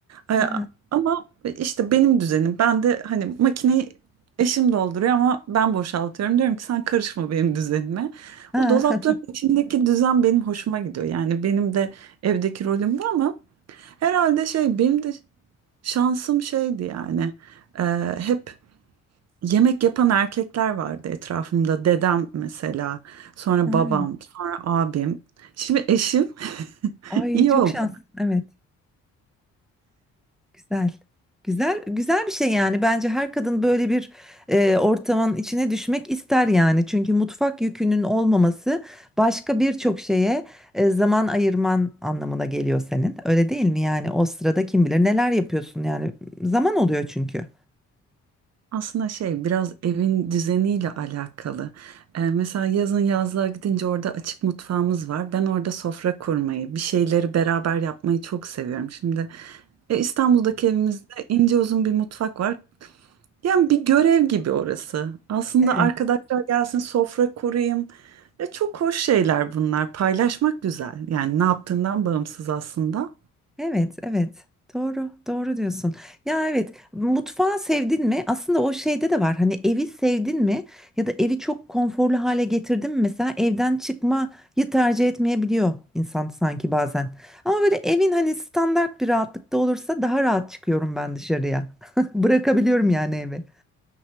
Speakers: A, on the right; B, in the centre.
A: Ee,
B: Ha,
A: ama işte benim düzenim. Ben de hani makineyi eşim dolduruyor ama ben boşaltıyorum. Diyorum ki sen karışma benim düzenime.
B: ha,
A: O dolapların
B: <laughs>
A: içindeki düzen benim hoşuma gidiyor. Yani benim de evdeki rolüm bu ama herhalde şey benim de şansım şeydi yani. Ee, hep Yemek yapan erkekler vardı etrafımda. Dedem mesela, sonra
B: ha.
A: babam, sonra abim. Şimdi eşim <laughs>
B: Ay
A: iyi
B: çok
A: oldu.
B: şans. Evet, güzel. Güzel, güzel bir şey yani. Bence her kadın böyle bir e, ortamın içine düşmek ister yani. Çünkü mutfak yükünün olmaması başka birçok şeye e, zaman ayırman anlamına geliyor senin. Öyle değil mi yani? O sırada kim bilir neler yapıyorsun yani. Zaman oluyor çünkü.
A: Aslında şey biraz evin düzeniyle alakalı. Ee, mesela yazın yazlığa gidince orada açık mutfağımız var. Ben orada sofra kurmayı, bir şeyleri beraber yapmayı çok seviyorum. Şimdi e, İstanbul'daki evimizde ince uzun bir mutfak var. Yani bir görev gibi orası. Aslında
B: Evet.
A: arkadaşlar gelsin sofra kurayım. ve çok hoş şeyler bunlar. Paylaşmak güzel. Yani ne yaptığından bağımsız aslında.
B: Evet, evet. Doğru, doğru diyorsun. Ya evet, mutfağı sevdin mi? Aslında o şeyde de var. Hani evi sevdin mi? Ya da evi çok konforlu hale getirdin mi? Mesela evden çıkmayı tercih etmeyebiliyor insan sanki bazen. Ama böyle evin hani standart bir rahatlıkta olursa daha rahat çıkıyorum ben dışarıya. <laughs> Bırakabiliyorum yani evi.